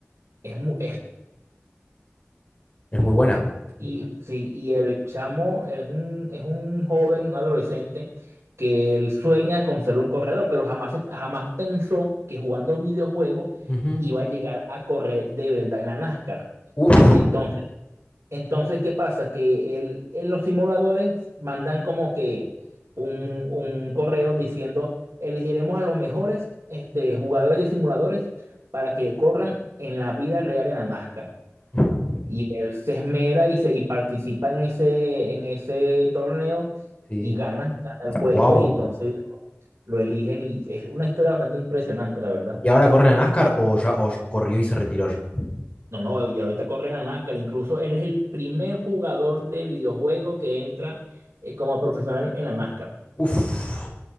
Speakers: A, on the right; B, on the left.
A: Es, mu- es
B: Es muy buena.
A: Y sí, y el chamo es un, es un joven, un adolescente, que él sueña con ser un corredor, pero jamás, se- jamás pensó que jugando videojuegos
B: Ujú,
A: iba a llegar a correr de verdad en la NASCAR.
B: Uf,
A: Entonces, entonces ¿qué pasa? Que él, en los simuladores mandan como que un, un correo diciendo, elegiremos a los mejores este, jugadores de simuladores para que corran en la vida real en la NASCAR.
B: ujú.
A: Y él se esmera y, se, y participa en ese, en ese torneo
B: sí.
A: y gana, gana el puesto
B: Wow.
A: y entonces lo eligen y es una historia bastante impresionante, la verdad.
B: ¿Y ahora corre en la NASCAR o ya o ya corrió y se retiró ya?
A: No, no, y ahorita corre la NASCAR, incluso él es el primer jugador de videojuego que entra eh, como profesional en la NASCAR.
B: Uf,